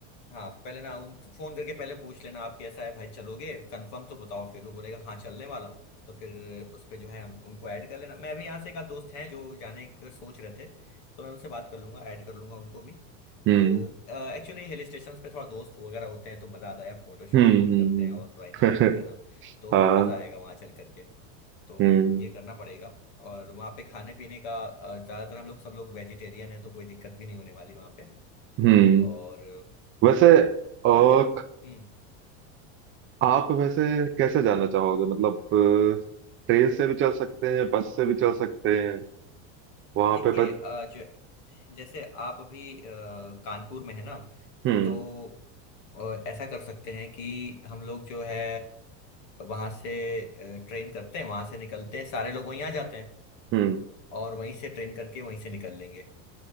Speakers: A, on the left; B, on the right.
A: हाँ पहले ना उन फोन करके पहले पूछ लेना आप कैसा है भाई चलोगे कंफर्म तो बताओ फिर वो बोलेगा हाँ चलने वाला हूँ तो फिर उस पे जो है हम उनको ऐड कर लेना मैं भी यहाँ से एक आध दोस्त हैं जो जाने का सोच रहे थे तो मैं उनसे बात कर लूंगा ऐड कर लूंगा उनको भी
B: हम्म
A: तो एक्चुअली हिल स्टेशन पे थोड़ा दोस्त वगैरह होते हैं तो मज़ा आता है फोटो
B: हम्म
A: शूट वूट
B: हम्म,
A: करते हैं और थोड़ा एंजॉय
B: हम्म,
A: करते हैं ना
B: <laughs>
A: तो
B: हाँ
A: मज़ा आएगा वहाँ चल करके तो
B: हम्म
A: ये करना पड़ेगा और वहाँ पे खाने पीने का अ, ज़्यादातर हम लोग सब लोग वेजिटेरियन है तो कोई दिक्कत भी नहीं होने वाली वहाँ पे
B: हम्म <laughs>
A: और
B: वैसे
A: और
B: और
A: क्या है? हम्म
B: आप वैसे कैसे जाना चाहोगे मतलब ट्रेन से भी चल सकते हैं बस से भी चल सकते हैं वहां
A: देखिए
B: पे बस
A: अ, जो जैसे आप अभी अ, कानपुर में है ना
B: हम्म
A: तो अ, ऐसा कर सकते हैं कि हम लोग जो है वहां से ट्रेन करते हैं वहां से निकलते हैं सारे लोग वहीं आ जाते हैं
B: हम्म
A: और वहीं से ट्रेन करके वहीं से निकल लेंगे